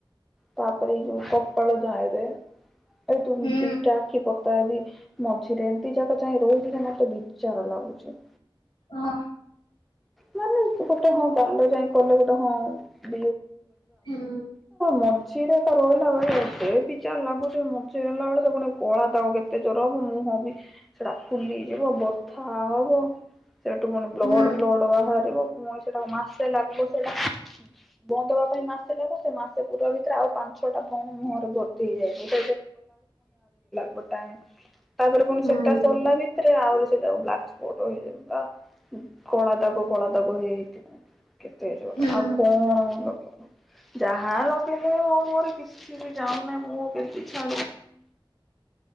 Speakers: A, in the centre; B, on the left (about 65°).
A: ତାପରେ ଏଇ ଯୋଉ କପାଳ ଧାଏରେ। ଏ ତୁ
B: ହୁଁ
A: ଦିଟା ଆଖି ପତା ମଝିରେ ଏମତି ଯାକ ଯାଇଏ ରହୁଛି। ମତେ ବିଚାଳ ଲାଗୁଛି।
B: ହଁ।
A: ମାନେ ଗୋଟେ ହଁ ଗାଲ ଯାଇ କଲେ ଗୋଟେ ହଁ, <unintelligible>
B: ହୁଁ
A: ମଞ୍ଜି ହେଲାବଳେ ସେ ପୁଣି କଳା ଦାଗ କେତେ ଜୋର ହବ ମୁଁହଁ ବି ସେଟା ଫୁଲିଯିବ ବଥା ହବ ସେଠୁ ମାନେ ବ୍ଲଡ
B: ହୁଁ
A: ଫ୍ଲଡ ବାହାରିବ। ମୁଁଇଁ ସେଟାକୁ ମାସେ ଲାଗିବ ସେଇଟା ବନ୍ଦ ହବା ପାଇଁ ମାସେ ଲାଗିବ। ସେ ମାସେ ପୁରିଲା ଭିତରେ ଆଉ ପାଞ୍ଚଛଅଟା ବ୍ରଣ ମୁହଁରେ ଭର୍ତ୍ତି ହେଇଯାଇଥିବ। <unintelligible> ତାପରେ ପୁଣି
B: ହୁଁ
A: ସେଟା ସରିଲା ବି ରେ ଆହୁରି ସେଟା ବ୍ଲାକ୍ ସ୍ପଟ <unintelligible> କଳା ଦାଗ କଳାଦାଗ ହେଇ <unintelligible> କେତେ ଜୋରେ
B: ହୁଁ
A: ଆଉ କଣ ଲ ଯାହା ଲଗେଇଲେ ଆଉ ମୁଁହରେ କିଛି ବି ଜାଉନି ମୁଁ କେ <unintelligible> ସେତେ